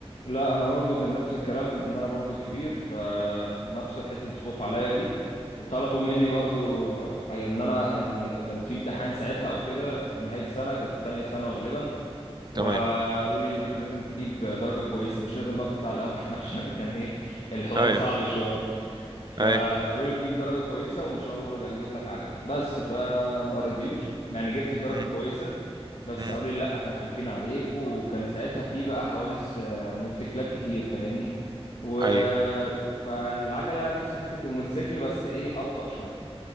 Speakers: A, on the left; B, on the right.
A: لا انا برضو كان نفس الكلام ان انا برضو الكبير فنفس
B: مم.
A: حته الخوف عليا دي طلبوا مني برضو آه، ان انا يعني كان في امتحان ساعتها او كده في نهايه السنه كانت تانية ثانوي غالبا وقالوا
B: تمام
A: لي انك لازم تجيب درجه كويسه مش لازم بقى تطلع الاول <laughs> عشان كان ايه الحوار
B: أيوه
A: صعب شويه فقالوا
B: أيوه
A: لي تجيب درجة كويسة وإن شاء الله نبقى نجيب لك عجلة بس فما رضيوش يعني جبت الدرجة
B: مم.
A: كويسة بس
B: مم.
A: قالوا لي لا احنا خايفين عليك وكان ساعتها في بقى حوادث آه، موتوسيكلات كتير فاهمني و
B: أيوه
A: فالعجلة نفس فكرة الموتوسيكل بس ايه أبطأ شوية